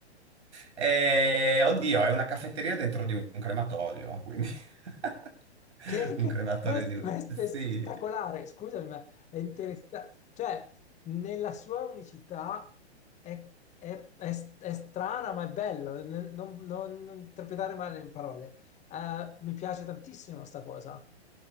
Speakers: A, on the right (about 80°); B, on the left (about 20°).
A: Eh, oddio, è una caffetteria dentro di un crematorio, quindi <laughs>
B: Che, che-
A: un crematorio
B: ma è,
A: di un...
B: ma è spe- spettacolare.
A: Sì.
B: Scusami, ma è interessante. Cioè, nella sua unicità è, è- è s- è strana, ma è bello. Non, non- non interpretare male le parole. Eh, mi piace tantissimo sta cosa.